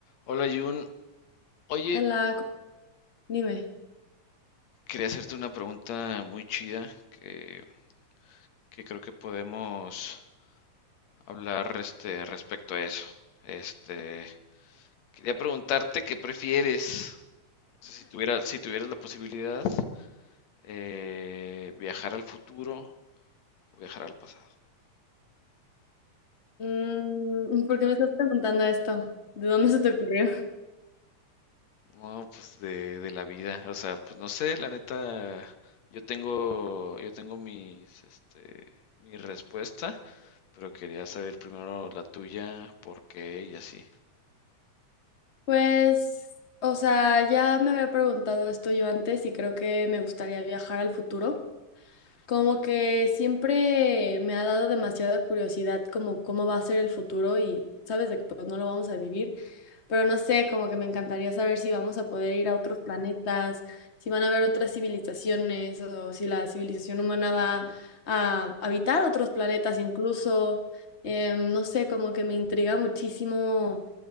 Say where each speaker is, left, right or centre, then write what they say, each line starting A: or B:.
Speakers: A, on the left; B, on the left.
A: Hola Jun, oye,
B: Hola, co- dime,
A: quería hacerte una pregunta muy chida que, que creo que podemos hablar este, respecto a eso. Este, quería preguntarte qué prefieres, o sea, si tuviera, si tuvieras la posibilidad, eh, viajar al futuro o viajar al pasado.
B: Mm, ¿por qué me estás preguntando esto? ¿De dónde se te ocurrió? <laughs>
A: No, pues de, de la vida, o sea, pues no sé, la neta, yo tengo, yo tengo mis, este, mi respuesta. pero quería saber primero la tuya, por qué y así.
B: Pues, o sea, ya me había preguntado esto yo antes y creo que me gustaría viajar al futuro. Como que siempre me ha dado demasiada curiosidad como cómo va a ser el futuro y sabes de que pues no lo vamos a vivir, pero no sé, como que me encantaría saber si vamos a poder ir a otros planetas, si van a haber otras civilizaciones o si la civilización humana va a habitar otros planetas incluso. Em, no sé, como que me intriga muchísimo,